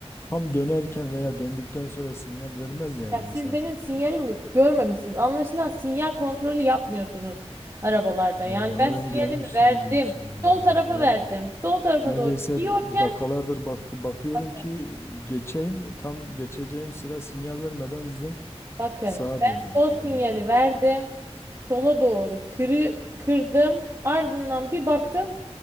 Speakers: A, on the left; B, on the right.
A: Tam dönerken veya döndükten sonra sinyal vermez yani
B: Ya siz
A: insan.
B: benim sinyalimi görmemişsiniz. Anlaşılan sinyal kontrolü yapmıyorsunuz arabalarda.
A: Ya
B: Yani
A: halen
B: ben sinyalimi
A: görmüşsünüz
B: verdim.
A: diyorsunuz ya.
B: Sol tarafa
A: Zaten
B: verdim. Sol tarafa
A: Neredeyse
B: doğru gidiyorken
A: dakikalardır bak bakıyorum
B: bakın,
A: ki geçeyim tam geçeceğim sıra sinyal vermeden zınk
B: bakın
A: sağa
B: ben
A: döndünüz
B: sol sinyali
A: yani.
B: verdim. Sola doğru kırı, kırdım. Ardından bir baktım.